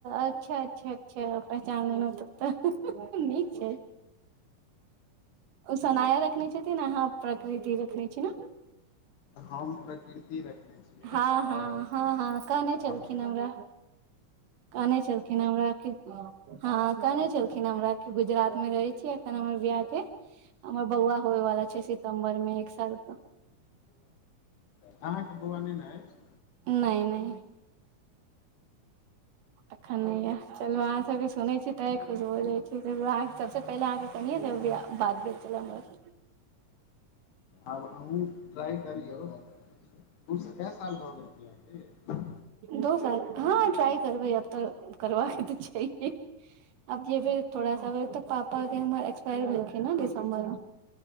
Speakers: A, on the right; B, on the left.
A: अच्छा अच्छा अच्छा पहचान लेलहु तब तऽ नीक छै। ओ सनाया रखने छथिन अहाँ प्रकृति रखने छी न।
B: हम प्रकृति रखने छियै
A: हँ
B: आओर
A: हँ हँ हँ कहने छलखिन
B: हमर
A: हमरा। कहनै छलखिन हमरा कि हँ कहने छलखिन। खिन हमरा की गुजरात मे रहै छी अखन हमर बियाह के हमर बौआ होयवाला छै सितम्बर में एक साल क।
B: अहाँके बउआ नहि ने अछि।
A: नै नै। अखन नहि य चलू अहाँ सबके सुनै छी तऽ खुश हो जाइ <inaudible> सबसे पहिले अहाँके कनिये से भी बात भेल छल हमर।
B: आब अहु ट्राई करियो। पुसँ कए साल भऽ गेल बियाह के?
A: दो साल हँ ट्राइ करबै अब तऽ करबा के तऽ छैहे। अब जे भेल थोड़ा साबे पापा के हमर एक्सपायर भेलखिन ह दिसम्बर मे।